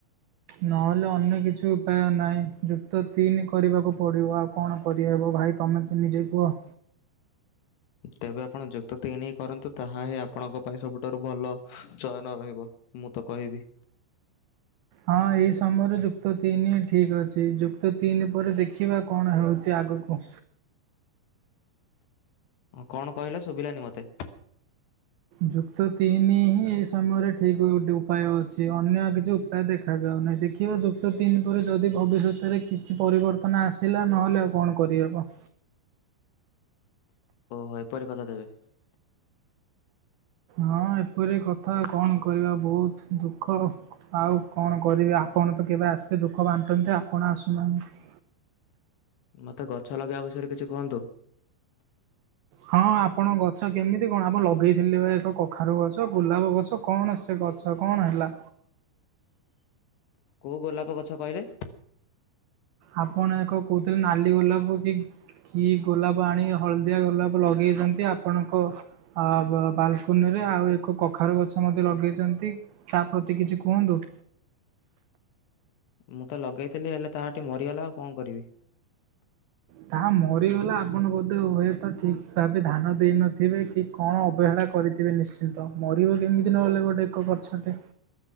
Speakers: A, on the right; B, on the left.
A: ନହେଲେ ଅନ୍ୟ କିଛି ଉପାୟ ନାହିଁ ଯୁକ୍ତ ତିନି କରିବାକୁ ପଡିବ ଆଉ କଣ କରିହେବ ଭାଇ ତୁମେ ତ ନିଜେ କୁହ।
B: ତେବେ ଆପଣ ଯୁକ୍ତ ତିନି କରନ୍ତୁ ତାହା ହିଁ ଆପଣଙ୍କ ପାଇଁ ସବୁଠାରୁ ଭଲ ଚୟନ ରହିବ ମୁଁ ତ କହିବି।
A: ହଁ ଏଇ ସମୟରେ ଯୁକ୍ତ ତିନି ଠିକ୍ ଅଛି ଯୁକ୍ତ ତିନି ପରେ ଦେଖିବା। କଣ ହେଉଛି ଆଗକୁ।
B: କଣ କହିଲେ ଶୁଭିଲାନି ମତେ।
A: ଯୁକ୍ତ ତିନି ହିଁ ଏଇ ସମୟରେ ଠିକ୍ ଗୋଟେ ଉପାୟ ଅଛି ଅନ୍ୟ କିଛି ତା ଦେଖା ଯାଉନାହିଁ ଦେଖିବା ଯୁକ୍ତ ତିନି ପରେ ଯଦି ଭବିଷ୍ୟତରେ କିଛି ପରିବର୍ତ୍ତନ ଆସିଲା ନହେଲେ ଆଉ କଣ କରିହେବ।
B: ଓହୋଏ ପରି କଥା ତେବେ।
A: ହଁ ଏପରି କଥା କଣ କରିବା ବହୁତ ଦୁଃଖ। ଆଉ କଣ କରିବି ଆପଣ ତ କେବେ ଆସିବେ ଦୁଃଖ ବାଣ୍ଟନ୍ତେ ଆପଣ ଆସୁନାହାଁନ୍ତି।
B: ମତେ ଗଛ ଲଗେଇବା ବିଷୟରେ କିଛି କୁହନ୍ତୁ?
A: ହଁ ଆପଣ ଗଛ କେମିତି କଣ ଆପ ଲଗେଇଥିଲେ ପା ଏକ କଖାରୁ ଗଛ ଗୋଲାପ ଗଛ। କଣ ସେ ଗଛ କଣ ହେଲା?
B: କେଉ ଗୋଲାପ ଗଛ କହିଲେ?
A: ଆପଣ ଏକ କହୁଥୁଲେ ନାଲି ଗୋଲାପ କି? କି ଗୋଲାପ ଆଣି ହଳଦିଆ ଗୋଲାପ ଲଗେଇଚନ୍ତି ଆପଣଙ୍କ ଆ ବାଲକୁନି ରେ ଆଉ ଏକ କଖାରୁ ଗଛ ମଧ୍ୟ ଲଗେଇଚନ୍ତି। ତା ପ୍ରତି କିଛି କୁହନ୍ତୁ?
B: ମୁଁ ତ ଲଗେଇଥିଲି ହେଲେ ତାଆଠି ମରିଗଲା ଆଉ କଣ କରିବି।
A: ତାହା ମରିଗଲା ଆପଣ ବୋଧେ ହୁଏତ ଠିକ୍ ସେ ଭାବେ ଧାନ ଦେଇନଥିବେ କି କଣ ଅବହେଳା କରିଥିବେ ନିଶ୍ଚିନ୍ତ ମରିବ କେମିତି ନହେଲେ ଗୋଟେ ଏକ ଗୋଟେ।